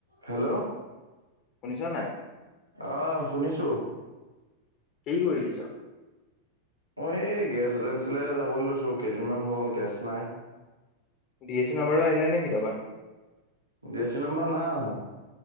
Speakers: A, on the right (about 80°); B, on the left (about 35°).
A: Hello
B: শুনিছো নাই?
A: অ'হ শুনিছো।
B: কি কৰি আছো?
A: মই এই গেছলে যাবলৈ লৈছো, কেইদিনমান হ'ল, গেছ নাই।
B: ডি এছ চি নাম্বাৰো আহিলেনে কি তাবা?
A: ডি-এছ-চি নম্বৰ নাই অহা।